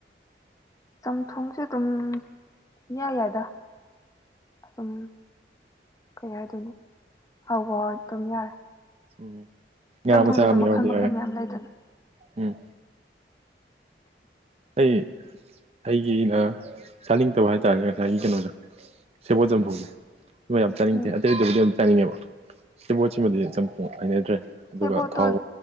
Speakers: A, on the left; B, on the right.
A: ꯆꯝꯊꯣꯡꯁꯦ ꯑꯗꯨꯝ ꯏꯌꯥ ꯌꯥꯏꯗ ꯑꯗꯨꯝ ꯀꯩ ꯍꯥꯏꯗꯣꯏꯅꯣ ꯍꯥꯎꯕꯨ ꯍꯥꯎꯔꯗꯤ ꯑꯗꯨꯝ ꯌꯥꯔꯦ
B: ꯎꯝ ꯉꯥ
A: ꯆꯝꯊꯣꯡꯗꯁꯨ
B: ꯃꯆꯥꯥ ꯑꯃ
A: ꯃꯈꯜ
B: ꯌꯥꯎꯔꯗꯤ
A: ꯃꯈꯜ
B: ꯌꯥꯔꯦ
A: ꯃꯌꯥꯝ ꯂꯩꯗꯅ
B: ꯎꯝ ꯑꯩ ꯑꯩꯒꯤꯅ ꯆꯥꯅꯤꯡꯗꯕ ꯍꯥꯏꯇꯥꯔꯦ ꯉꯁꯥꯏꯒꯤ ꯀꯩꯅꯣꯗꯣ ꯁꯦꯕꯣꯠ ꯆꯝꯊꯣꯡꯖꯦ ꯑꯗꯨꯝꯕ ꯌꯥꯝ ꯆꯥꯅꯤꯡꯗꯦ
A: ꯎꯝ
B: ꯑꯇꯩꯗꯕꯨꯗꯤ ꯑꯗꯨꯝ ꯆꯥꯅꯤꯡꯉꯦꯕ ꯁꯦꯕꯣꯠꯁꯤꯃꯗꯤ ꯆꯝꯐꯣꯡ ꯍꯥꯏꯅꯗ꯭ꯔꯦ ꯑꯗꯨꯒ
A: ꯁꯦꯕꯣꯠꯇꯣ
B: ꯊꯥꯎ